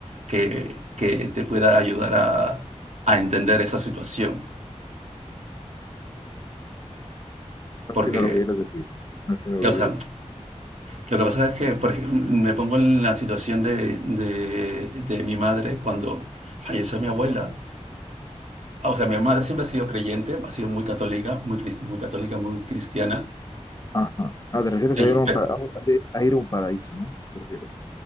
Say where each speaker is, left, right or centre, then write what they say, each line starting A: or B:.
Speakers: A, on the right (about 70°); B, on the left (about 30°).
A: que, que te pueda ayudar a, a entender esa situación.
B: No entiendo
A: Porque,
B: lo que quieres decir. No entiendo lo que
A: o sea,
B: quieres decir.
A: lo que pasa es que por ej- me pongo en la situación de, de- de mi madre cuando falleció mi abuela. O sea, mi madre siempre ha sido creyente, ha sido muy católica, muy, cris- muy católica, muy cristiana,
B: Ajá. Ah, te refieres
A: eh,
B: a ir a un,
A: pero
B: para- a- un- a ir a un paraíso, ¿no? Te refieres.